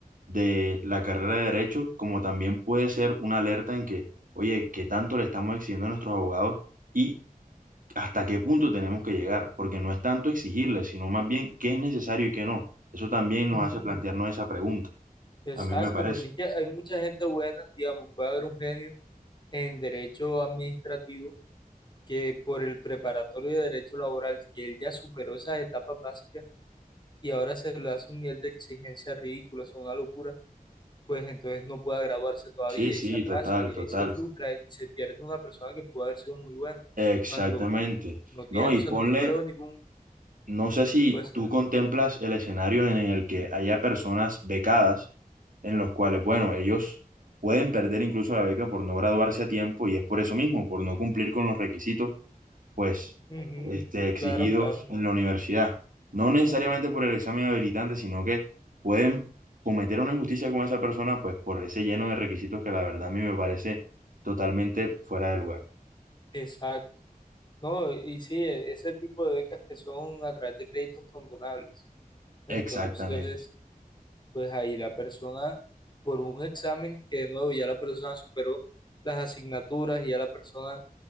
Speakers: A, on the right; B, on the left.
A: de la carrera de Derecho, como también puede ser una alerta en que, oye, ¿qué tanto le estamos exigiendo a nuestros abogados y hasta qué punto tenemos que llegar? Porque no es tanto exigirles, sino más bien qué es necesario y qué no. Eso también nos
B: Ujú.
A: hace plantearnos esa pregunta.
B: Exacto,
A: A mí me parece.
B: porque es que hay mucha gente buena, digamos, puede haber un genio en derecho administrativo que por el preparatorio de derecho laboral, que él ya superó esas etapas básicas y ahora se le hace un nivel de exigencia ridículo, es una locura, pues entonces no puede graduarse todavía
A: Sí, sí,
B: y se atrasa
A: total,
B: y ahí
A: total.
B: se frustra y se pierde una persona que puede haber sido muy buena
A: Exactamente.
B: cuando no tiene,
A: No, y
B: o sea,
A: ponle,
B: no, no le veo ningún
A: no sé si
B: Sí, puede ser.
A: tú contemplas el escenario en el que haya personas becadas, en los cuales, bueno, ellos pueden perder incluso la beca por no graduarse a tiempo y es por eso mismo, por no cumplir con los requisitos pues,
B: Ujú,
A: este, exigidos
B: Claro, claro.
A: en la universidad. No
B: Sí,
A: necesariamente por el examen habilitante, sino que pueden cometer una injusticia con esa persona, pues, por ese lleno de requisitos que la verdad a mí me parece totalmente fuera de lugar.
B: Exacto. No, y sí, e- ese tipo de becas que son a través de créditos condonables. Entonces,
A: Exactamente,
B: pues ahí la persona, por un examen que de nuevo ya la persona superó las asignaturas y ya la persona